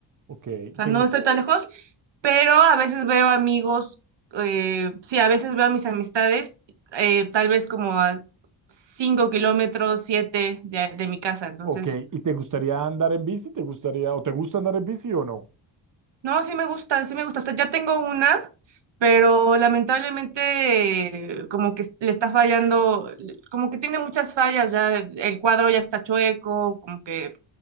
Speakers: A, on the right (about 40°); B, on the right (about 65°).
A: Ok,
B: o sea,
A: ¿te,
B: no
A: gust-
B: estoy tan lejos, pero a veces veo amigos, eh, sí, a veces veo a mis amistades, eh, tal vez como a cinco kilómetros, siete de, de mi casa, entonces
A: ok, ¿y te gustaría andar en bici? ¿Te gustaría o te gusta andar en bici o no?
B: No, sí me gusta, sí me gusta. O sea, ya tengo una, pero lamentablemente eh, como que le está fallando, l- como que tiene muchas fallas ya, el cuadro ya está chueco, como que